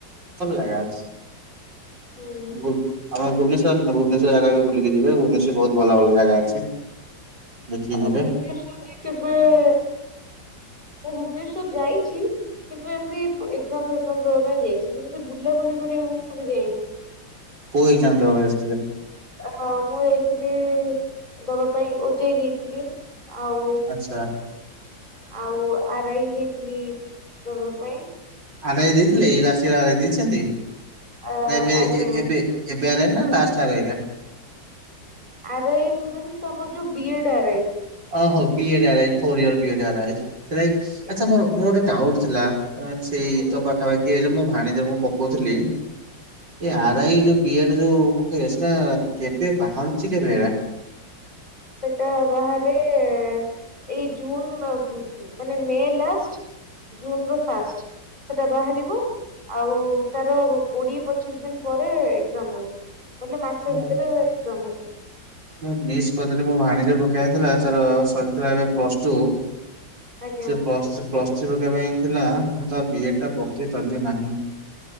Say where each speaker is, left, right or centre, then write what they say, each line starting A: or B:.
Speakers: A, on the right; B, on the right.
A: ଭଲ ଜାଗା ଅଛି
B: ହୁଁ
A: <unintelligible> ଆମର ଭୁବନେଶ୍ଵର ଆସନ୍ତୁ ଭୁବନେଶ୍ୱର ଜାଗା ବି ବୁଲିକି ଯିବେ, ଭୁବନେଶ୍ୱରରେ ବହୁତ ଭଲ ଭଲ ଜାଗା ଅଛି। ଦେଖିକି
B: ଆ
A: ଯିବେ
B: ଭୁବନେଶ୍ୱରରେ କେବେ-ଏ-ଏ, ମୁଁ ଭୁବନେଶ୍ଵର ଯାଇଛି। କିନ୍ତୁ ଏମିତି ଏକ୍ଜାମ୍ ଫେକ୍ଜାମ୍ ଦେବା ପାଇଁ ଯାଇଛି, ଏମିତି ବୁଲାବୁଲି କରିବାକୁ କେବେ ଯାଇନି।
A: କୋଉ ଏକ୍ଜାମ୍ ଦେବାକୁ ଆସିଥିଲେ?
B: ଅ-ଅ-ଅ ମୁଁ ଯାଇଥିଲି-ଇ-ଇ ଦବା ପାଇଁ ଓଜେଇ ଦେଇଥିଲି ଆଉ
A: ଆଚ୍ଛା।
B: ଆଉ ଆରାଇ ଯାଇଥିଲି-ଇ-ଇ ଦବା ପାଇଁ।
A: ଆରାଇ ଦେଇଥିଲେ ଏଇ ରାସିର ଆରାଇ ଦେଇଛନ୍ତି
B: ଆ
A: ନା ଏବେ
B: ଆଜ୍ଞା
A: ଏ-ଏବେ ଏବେ ଆରାଇ ନା ଲାଷ୍ଟ୍ ଆରାଇ ଟା?
B: ଆରାଇ ମିନ୍ସ ଆମର ଯୋଉ ବିଏଡ୍ ଆରାଇ।
A: ଓ ହୋ ପିଏଡ୍ ଆରାଇ‌ ଫୋର୍‌ ଇୟର୍ ବିଏଡ୍ ଆରାଇ, <unintelligible>
B: ଆଜ୍ଞା
A: ଆଛା ମୋର-ମୋର ଗୋଟେ ଡାଉଟ୍ ଥିଲା ସେଇ
B: ଆଜ୍ଞା
A: ତ ପାଖାପାଖି ଏ ଯୋଉ ମୋ ଭାଣେଜୀର ମୁଁ ପକଉଥିଲି ଏଇ
B: ଆଜ୍ଞା।
A: ଆରାଇ ଯୋଉ ବିଏଡ ଯୋଉ ପକେଇବେ ସେରା କେବେ ବାହାରୁଛି କେବେ ହେରା?
B: ସେଟା ବାହାରେ ଏ-ଏ-ଏ ଏଇ ଜୁନ୍ ମାନେ ମେ ଲାଷ୍ଟ୍ ଜୁନର ଫାଷ୍ଟ ସେଟା ବାହାରିବ। ଆଉ-ଉ ତାର କୋଡିଏ ପଚିଶ ଦିନ ପରେ ଏକ୍ଜାମ ହେବ। ନହେଲେ ମାସେ
A: ମୁଁ
B: ଭିତରେ ଏକ୍ଜାମ୍ ହେବ।
A: ମୁଁ ମିସ୍ କରିଦେଲି ମୋ ଭାଣିଜୀର ପକେଇବାର ଥିଲା ତାର ସରିଥିଲା ଏବେ ପ୍ଲସ ଟୁ।
B: ଆଜ୍ଞା
A: ସେ ପ୍ଲସ୍-ପ୍ଲସ୍ ଥ୍ରୀ ପକେଇବା ପାଇଁ ଥିଲା ମୁଁ ତା ବିଏଡଟା ପକେଇ ପାରିଲି ନାହିଁ।